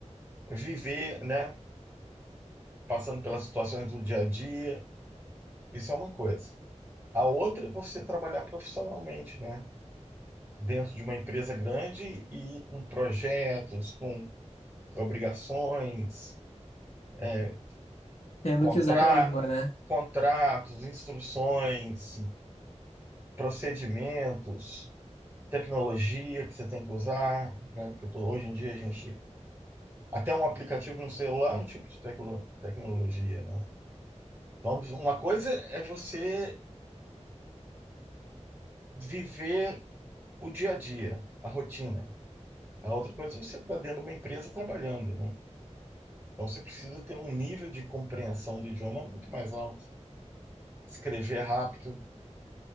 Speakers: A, on the right (about 20°); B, on the left (about 65°).
A: é viver, né? Passando pelas situações do dia a dia, isso é uma coisa. A outra é você trabalhar profissionalmente, né? Dentro de uma empresa grande e com projetos, com obrigações, é,
B: Tendo
A: contra-
B: que usar aquela língua, né?
A: contratos, instruções, procedimentos, tecnologia que você tem que usar, né? Porque eu tô- hoje em dia a gente. Até um aplicativo no celular é um tipo de tecno- tecnologia, né? Então, uma coisa é você viver o dia a dia, a rotina. A outra coisa é você está dentro de uma empresa trabalhando, né? Então você precisa ter um nível de compreensão do idioma muito mais alto, escrever rápido.